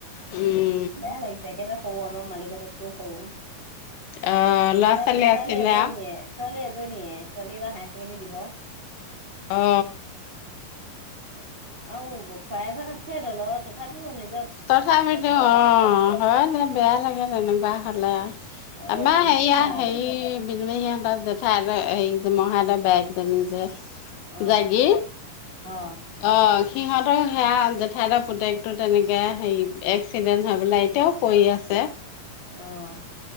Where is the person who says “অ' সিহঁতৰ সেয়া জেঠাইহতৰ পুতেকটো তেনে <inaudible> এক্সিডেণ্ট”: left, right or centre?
Left